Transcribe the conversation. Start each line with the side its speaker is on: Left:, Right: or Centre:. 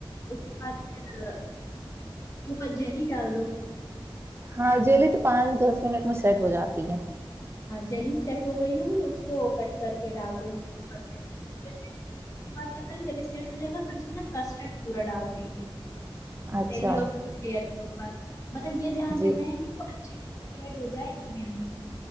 Left: اس کے بعد اس کےاوپر جیلی ڈال دو
Right: ہاں جیلی تو پانچ دس منٹ میں سیٹ ہو جاتی ہے
Left: جلیی سیٹ ہو گئی ہوگی تو اس کو کٹ کر کے ڈال دو اس کے اوپر پھر پھر اس کے بعد کیا کریں گے جب یہ سیٹ ہو جائے گا پھر اس میں نہ کسٹرڈ پورا ڈال دیں گے
Right: اچھا
Left: جیلی اور فروٹ لیر کیوں اچ مطلب یہ دھیان
Right: جی
Left: دینا ہے کہ وہ اچھے سے اسپریڈ ہو جائے کی بلی